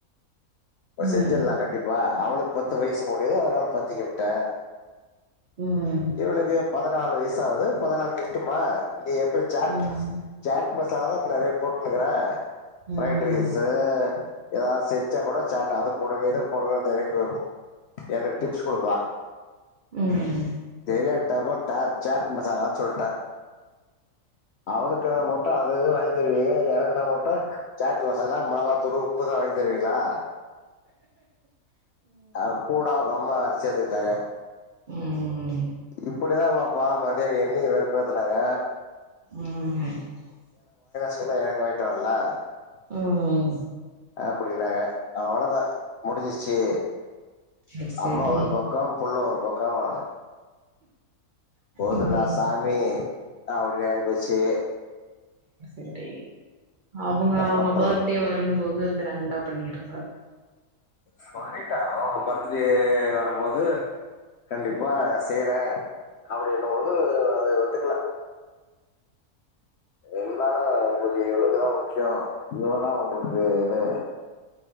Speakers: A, on the right; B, on the left.
A: ம்
B: செஞ்சிடலா கண்டிப்பா அவளுக் பத்து வயசு எதோ அதனால பாத்திக்கி உட்டே
A: ம் ம்
B: இவளுக்கு பதினாலு வய சாது பதினாருக்கு இங்குட்டுமா நீ எப்டிய சாட்
A: ம் ம்
B: சாட் இப்ப சாதாரண நகைய போட்டுன்னுக்கிற
A: ம்
B: ஃபிரைட் ரைஸூ ஏதாது செஞ்சா கூட சாட்டு அது கூடவே தா போனா தா <unintelligible> எனக் டிப்ஸ் குடுப்பா
A: ம்
B: தெரியாதனமா டேட் சேட் மசாலான் சொல்ட்டே அவளுக்குனா முட்டா அதுவே வாங்கி தருவியே எனக்குன்னா முட்டு சாட் மசாலா மொளகாத்தூளு உப்புதா வாங்கி தருவீங்களா அவ கூட அவங்கம்மா வேற சேத்துக்கிட்டாங்க
A: ம்
B: <unintelligible> ப்ப மதியானோ என்னியு வெருப்பேத்துனாங்க
A: ம்
B: <unintelligible>
A: ம்
B: அப்புடினாக அவளதா முடிஞ்சிச்சு
A: சேரி சேரி
B: அம்மா ஒரு பக்கோம் புள்ள ஒருப்பக்காமா போதுன்டா
A: ம்
B: சாமி அப்டி ஆய் போச்சு
A: இன்ட்டி அவுங்க அவுங்க
B: பண்றது
A: பர்த்டே வரும்போது கிராண்டா பண்ணிருங்க
B: சொல்லிட்ட அவுங்க பர்த்துடே வரும்போது கண்டிப்பா செய்றே அப்புடின்னுமோது அதை ஒத்துக்குல என்னால உங்கு வீ இவுளுக்குதா முக்கியோ இவதா உங்ளுக்கு இது